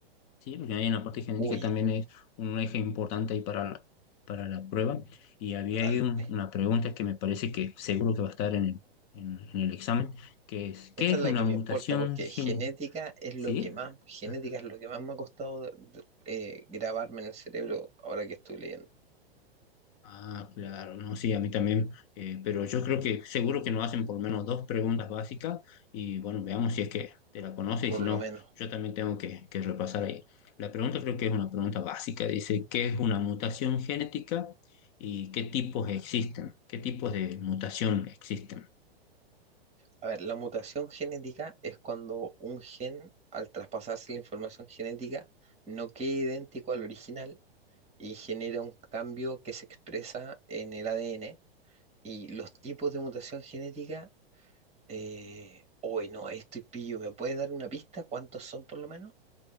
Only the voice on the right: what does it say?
Uy,
dale.
Esta
es la
que
me importa porque
genética es lo
que más, genética
es lo que más me ha costado de- de- eh, grabarme en el cerebro ahora que estoy leyendo,
por
lo
menos.
A ver, la mutación genética es cuando un gen, al traspasarse la información genética, no queda idéntico al original y genera un cambio que se expresa en el ADN. Y los tipos de mutación genética, eh, hoy no, ahí estoy pillo, ¿me puedes dar una pista? ¿Cuántos son por lo menos?